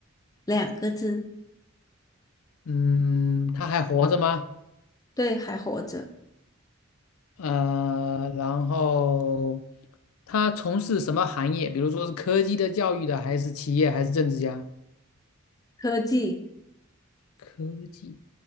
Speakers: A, on the left; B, on the left.
A: 两个字，
B: 嗯，他还活着吗？
A: 对，还活着。
B: 呃，然后他从事什么行业？比如说是科技的、教育的，还是企业，还是政治家？
A: 科技
B: 科技